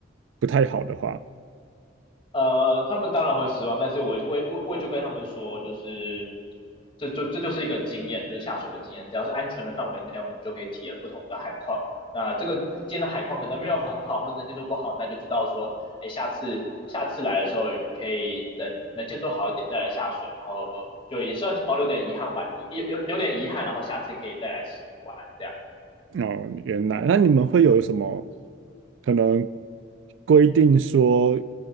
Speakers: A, on the right; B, on the left.
A: 不太好的话。
B: 呃，他们当然会失望，但是我我我我也就跟他们说，就是这就这就是一个经验，就是下水的经验，只要是安全的范围内，我们就可以体验不同的海况。那这个今天的海况可能没有很好，或者能见度不好，那就知道说，哎，下次下次来的时候，你可以等能见度好一点再来下水，然后就也算是保留点遗憾吧，遗有有留点遗憾，然后下次可以再来玩这样。
A: 哦，原来，那你们会有什么可能规定说